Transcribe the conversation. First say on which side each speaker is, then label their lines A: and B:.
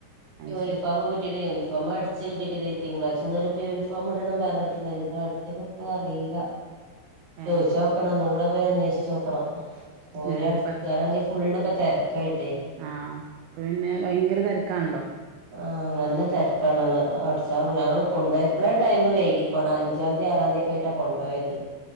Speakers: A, on the right; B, on the right.
A: അത്
B: യൂണിഫോമും
A: ശരി
B: കി കുട്ടിയുടെ യൂണിഫോം അടിച്ച് കിട്ടിയട്ടില്ല തിങ്കളാഴ്ച്ച മുതല് ഇപ്പൊ യൂണിഫോം ഇടണം പറഞ്ഞിട്ടിണ്ടായി ഇപ്പ അടിച്ചു കിട്ടോ അറിയില്ല ചോദിച്ച്
A: ഏഹ്
B: നോക്കണം ഒന്നും കൂടെ പോയി അന്വേഷിച്ച് നോക്കണം ഓര്
A: ഏഹ് ഇപ്പ
B: <unintelligible> ഫുള്ളിപ്പ തെരക്കായിട്ടേ
A: ആഹ് ഇപ്പ പിന്നെ ഭയങ്കര തെരക്കാണല്ലോ
B: ആഹ് നല്ല തെരക്കാണാണ് അടിച്ച മതി ഞങ്ങള് കൊണ്ടോയപ്പളെ ടൈമ് വൈകി <unintelligible> അഞ്ചാംന്തി ആറാംന്തി ഒക്കെ ആയിട്ടാ കൊണ്ടോയത്